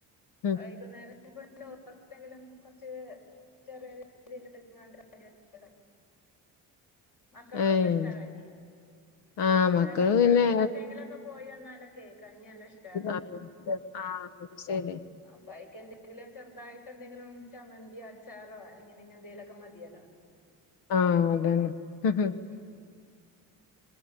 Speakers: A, on the left; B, on the left.
A: ഉം
B: വൈകുന്നേരം പ്പ ഓങ്കിലും കുറച്ച് ചെറിയ <inaudible> മക്കൾക്കൊക്കെ
A: ഏഹ്
B: ഇഷ്ടവാ കഞ്ഞി
A: ആഹ്
B: അങ്ങനെ
A: മക്കള്
B: കല്യാണത്തിന്
A: പിന്നെ
B: എന്തെങ്കിലുമൊക്കെ പോയി വന്നാലൊക്കെ കഞ്ഞില്ല ശ്
A: ആഹ് ആഹ് ശരി
B: അപ്പൊ അയിക്ക് എന്തെങ്കിലും ഒരു ചെറുതായിട്ട് എന്തെങ്കിലും ചമ്മന്തിയോച്ചാറോ എങ്ങനെങ്ങ എന്തെങ്കിലുമൊക്കെ മതിയാലോ
A: ആഹ് അതന്നെ
B: ഉം